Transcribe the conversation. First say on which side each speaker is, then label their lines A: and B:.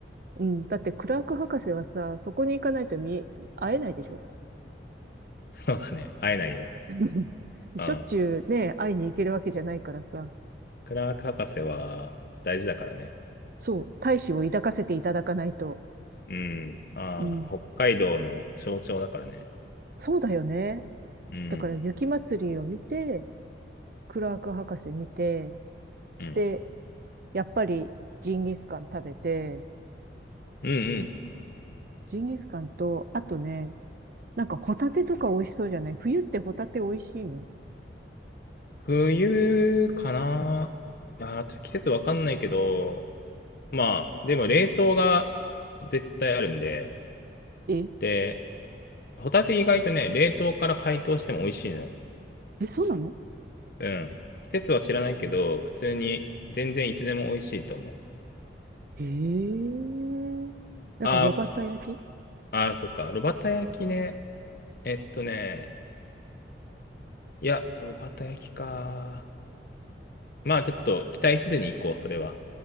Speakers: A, on the right; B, on the left.
A: うん。だってクラーク博士はさ、そこに行かないと見、会えないでしょ
B: <laughs> そうだね。会えないよ。
A: <laughs> しょっちゅうね、
B: うん。うん
A: 会いに行けるわけじゃないからさ。
B: クラーク博士は大事だからね。
A: そう、大志を抱かせていただかないと。
B: うん。ああ、
A: うん。
B: 北海道の象徴だからね。
A: そうだよね。
B: うん。
A: だから雪祭りを見て、クラーク博士見て、
B: うん。
A: で、やっぱりジンギスカン食べて、
B: うんうん。
A: ジンギスカンと、あとね、なんかホタテとか美味しそうじゃない冬ってホタテ美味しいの
B: 冬かな。ああ、ちょっと季節わかんないけど、まあ、でも冷凍が絶対あるんで、
A: え、
B: で、ホタテ意外とね、冷凍から解凍しても美味しいのよ。
A: え、そうなの
B: うん。季節は知らないけど、普通に全然いつでも美味しいと思う。
A: ええ。なんか、
B: あ
A: 炉端焼き
B: あ、そっか。炉端焼きね。えっとね、いや、炉端焼きか。まあちょっと期待せずに行こう、それは。